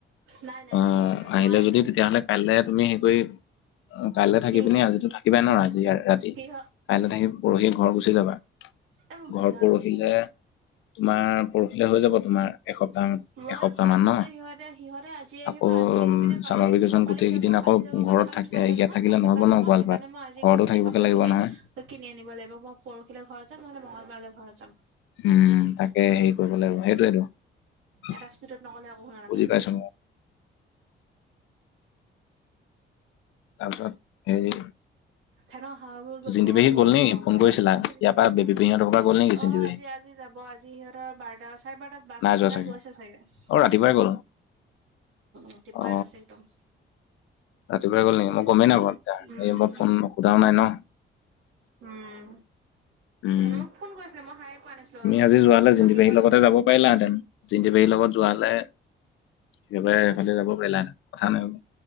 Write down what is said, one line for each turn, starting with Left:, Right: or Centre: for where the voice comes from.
Right: নাই নাই
Left: অ
Right: নাই
Left: আহিলে
Right: মই
Left: যদি তেতিয়াহলে কাইলে তুমি হেৰি কৰি কাইলৈ থাকি
Right: সিহ
Left: পিনে আজিটো থাকিবাই ন আজি ৰাতি
Right: সিহ
Left: কাইলৈ থাকি পৰহি ঘৰ গুচি যাবা।
Right: এ মোৰ
Left: ঘৰ
Right: ভাল নালাগে
Left: পৰহিলে তোমাৰ পৰহিলে হৈ যাব। তোমাৰ এসপ্তাহ
Right: মই
Left: এসপ্তাহ
Right: কৈ
Left: মান
Right: আছো
Left: ন
Right: যে সিহঁতে সিহঁতে আজি আহিব
Left: আকৌ
Right: আজি আহি পিনে কালি
Left: চামাৰ
Right: থাকিব
Left: ভেকেশ্যন
Right: কালি
Left: গোটেই
Right: যাব।
Left: কেইদিন আকৌ
Right: কালি যাবৰ কাৰণে
Left: ঘৰত
Right: ক
Left: থাকে
Right: চান্ডে
Left: ইয়াত
Right: নহয়
Left: থাকিলে
Right: কালি
Left: নহ'ব
Right: দোকান নাপাম
Left: ন গোৱালপাৰাত।
Right: সেইকাৰণেই আজি
Left: ঘৰতো
Right: গৈ পিনে
Left: থাকিবগে
Right: কাপোৰ
Left: লাগিব
Right: খিনি
Left: নহয়
Right: কিনি আনিম। লাগিবই মই পৰহিলে ঘৰত যাম নহলে মঙ্গলবাৰে ঘৰত যাম
Left: উম, তাকে হেৰি কৰিব লাগিব সেই <unintelligible>
Right: এটা স্পীডত নগ'লে একো শুনা নাপায়
Left: বুজি পাইছোঁ ন'। তাৰপিছত হেৰি
Right: ফেন অহ হাৱাবোৰ গৈ
Left: জিন্তি
Right: গৰম-
Left: পেহী
Right: গৰম-গৰম-
Left: গ'ল নেকি ফোন
Right: গৰম
Left: কৰিছিলা
Right: লাগিছে।
Left: ইয়াৰ পৰা বেবী পেহীহঁতৰ পৰা গ'ল নেকি
Right: অহ
Left: জিন্তি পেহী
Right: আজি -আজি যাব আজি সিহঁতৰ বাৰটা চাৰে বাৰটাত বাছ
Left: নাই
Right: আছিলে
Left: যোৱা
Right: গৈছে চাগে। উম,
Left: অ ৰাতিপুৱাই গ'ল
Right: ৰাতিপুৱাই
Left: অ
Right: গৈছে একদম।
Left: ৰাতিপুৱাই গ'ল নেকি মই <unintelligible>
Right: উম
Left: এই মই ফোন সোধাও নাই ন',।
Right: উম,
Left: উম
Right: মোক ফোন কৰিছিলে মই সাৰে পোৱা নাছিলো
Left: তুমি
Right: আৰু
Left: আজি যোৱা হলে জিন্তিপেহি
Right: মাহীৰ তাত
Left: লগতে যাব পাৰিলাহেতেন জিন্তিপেহি লগত যুৱাহলে একেবাৰে সেইফালদি যাব পাৰিলা হয় কথা নাই বাৰু।